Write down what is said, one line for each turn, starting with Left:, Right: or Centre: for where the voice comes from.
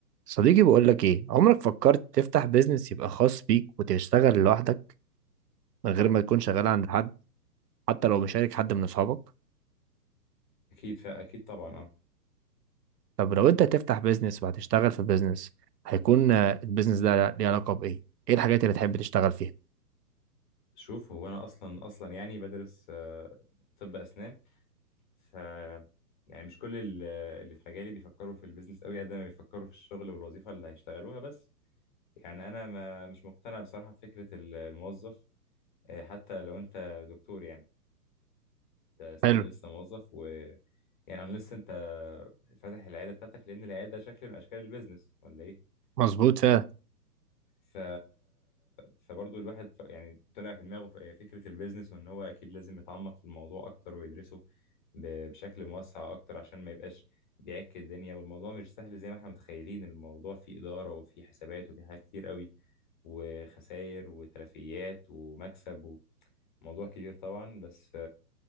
Right: صديقي بقول لك ايه عمرك فكرت تفتح بيزنس يبقى خاص بيك وتشتغل لوحدك من غير ما تكون شغال عند حد حتى لو مشارك حد من اصحابك
Left: اكيد فاكيد طبعا اه
Right: طب لو انت هتفتح بيزنس وهتشتغل في بيزنس هيكون آه، البيزنس ده ليه علاقة بايه ايه الحاجات اللي تحب تشتغل فيها
Left: شوف هو انا اصلا اصلا يعني بدرس آه، طب اسنان ف يعني مش كل ال- اللي في مجالي بيفكروا في البيزنس قوي قد ما بيفكروا في الشغل والوظيفه اللي هيشتغلوها بس يعني انا ما مش مقتنع بصراحه بفكره ال- الموظف آه، حتى لو انت دكتور يعني انت ستيل
Right: حلو
Left: لسه موظف و يعني انا لسه انت فاتح العياده بتاعتك لان العياده شكل من اشكال البيزنس ولا ايه
Right: مظبوط فعلا
Left: ف... فبرضه الواحد ف- يعني طلع في دماغه ف- فكرة البيزنس وان هو اكيد لازم يتعمق في الموضوع اكتر ويدرسه ب- بشكل موسع اكتر عشان ما يبقاش بيعك الدنيا والموضوع مش سهل زي ما احنا متخيلين الموضوع فيه إدارة وفيه حسابات وفيه حاجات كتير قوي وخسائر وتلفيات ومكسب وموضوع كبير طبعا بس